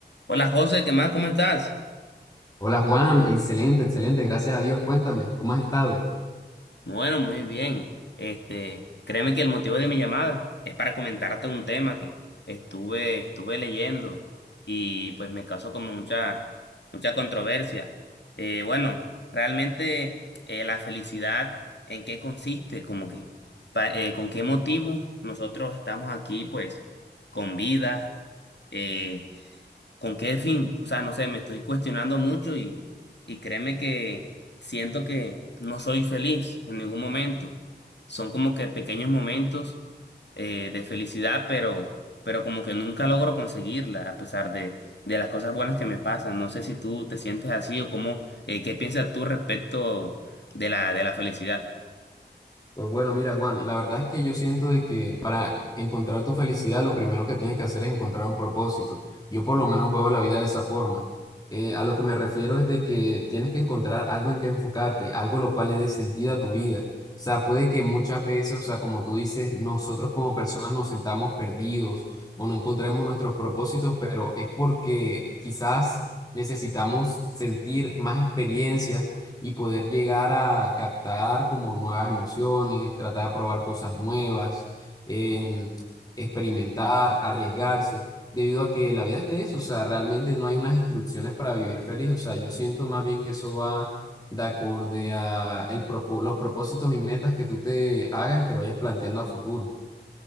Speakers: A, on the left; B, on the left.
A: Hola José, ¿qué más? ¿Cómo estás?
B: Hola Juan, excelente, excelente, gracias a Dios. Cuéntame, ¿cómo has estado?
A: Bueno, muy bien. Este, créeme que el motivo de mi llamada es para comentarte un tema que estuve, estuve leyendo y pues me causó como mucha, mucha controversia. Eh, bueno, realmente eh, la felicidad, ¿en qué consiste? Como que, pa- eh, ¿con qué motivo nosotros estamos aquí, pues, con vida? Eh, ¿Con qué fin? O sea, no sé, me estoy cuestionando mucho y, y créeme que siento que no soy feliz en ningún momento. Son como que pequeños momentos eh, de felicidad, pero, pero como que nunca logro conseguirla a pesar de, de las cosas buenas que me pasan. No sé si tú te sientes así o cómo, eh, qué piensas tú respecto de la, de la felicidad.
B: Pues bueno, mira, Juan, la verdad es que yo siento de que para encontrar tu felicidad lo primero que tienes que hacer es encontrar un propósito. Yo por lo menos veo la vida de esa forma. Eh, a lo que me refiero es de que tienes que encontrar algo en que enfocarte, algo lo cual le dé sentido a tu vida. O sea, puede que muchas veces, o sea, como tú dices, nosotros como personas nos sentamos perdidos o no encontremos nuestros propósitos, pero es porque quizás necesitamos sentir más experiencias y poder llegar a captar como nuevas emociones, tratar de probar cosas nuevas, em, experimentar, arriesgarse, debido a que la vida es de eso, o sea, realmente no hay unas instrucciones para vivir feliz, o sea, yo siento más bien que eso va de acorde a el propo- los propósitos y metas que tú te hagas y te vayas planteando a futuro.